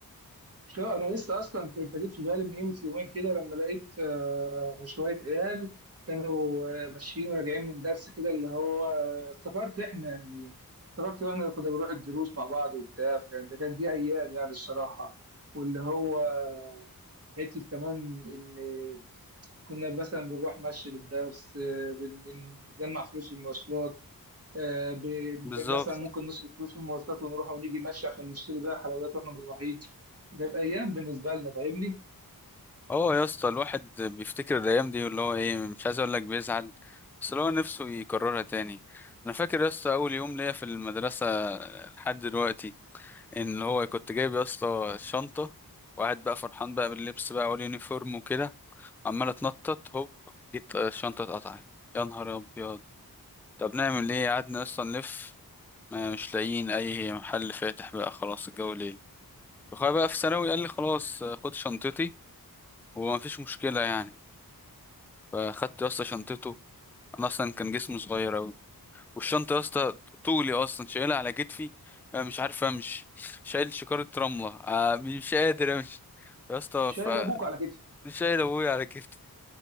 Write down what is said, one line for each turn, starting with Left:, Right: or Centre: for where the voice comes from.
Right: شو انا لسه اصلا كنت جيت في بالي من قيمه يومين كده لما لقيت آه، شويه عيال كانوا آه، ماشيين وراجعين من درس كده اللي هو آه، افتكرت احنا يعني افتكرت احنا اللي كنا بنروح الدروس مع بعض وبتاع فكان ده كان دي ايام يعني الصراحه واللي هو آه، حته كمان ان كنا مثلا بنروح مشي للدرس آه، بن- بنجمع فلوس المواصلات آه، ب-
Centre: بالظبط
Right: ب- مثلا ممكن نصرف فلوس في المواصلات ونروح ونيجي مشي عشان نشتري بقى حلويات واحنا مروحين جت ايام بالنسبه لنا فاهمني
Centre: اه يا اسطى الواحد بيفتكر الايام دي واللي هو ايه مش عايز اقول لك بيزعل بس اللي هو نفسه يكررها تاني انا فاكر يا اسطى اول يوم ليا في المدرسه لحد دلوقتي ان هو كنت جايب يا اسطى شنطه وقاعد بقى فرحان بقى باللبس بقى واليونيفورم وكده عمال اتنطط هوب جيت آه، الشنطه اتقطعت يا نهار ابيض طب نعمل ايه قعدنا اصلا نلف ما مش لاقيين اي محل فاتح بقى خلاص الجو ليل اخويا بقى في ثانوي قال لي خلاص آه، خد شنطتي وما فيش مشكله يعني فاخدت يا اسطى شنطته انا اصلا كان جسمي صغير اوي والشنطة يا اسطى طولي أصلا شايلها على كتفي أنا مش عارف أمشي شايل شكارة رملة آه، مش قادر أمشي يا اسطى
Right: شايل
Centre: ف
Right: ابوك على كتفي
Centre: شايل أبويا على كتفي